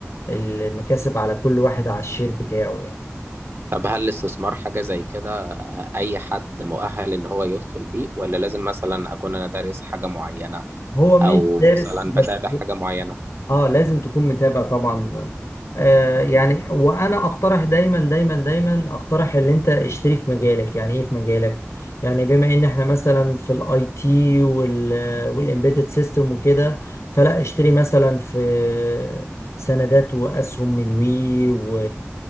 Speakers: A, on the left; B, on the right.
A: المكاسب على كل واحد على الشير بتاعه يعني
B: طب هل الاستثمار حاجة زي كده آه، أي حد مؤهل إن هو يدخل فيه ولا لازم مثلا أكون أنا دارس حاجة معينة
A: هو مش
B: أو مثلا
A: دارس بس
B: بتابع حاجة معينة؟
A: اه لازم تكون متابع طبعا آه يعني وانا اقترح دايما دايما دايما اقترح ان انت اشتري في مجالك يعني ايه في مجالك يعني بما ان احنا مثلا في الاي تي وال والامبيدد سيستم وكده فلا اشتري مثلا في سندات واسهم من وي و